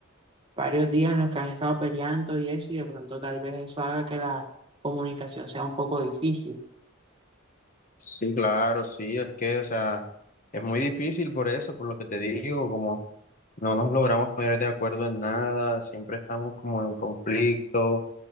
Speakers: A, on the right; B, on the left.
A: varios días en los que han estado peleando y eso, y de pronto tal vez eso haga que la comunicación sea un poco difícil.
B: Sí, claro, sí, es que, o sea, es muy difícil por eso, por lo que te digo, como no nos logramos poner de acuerdo en nada, siempre estamos como en conflicto.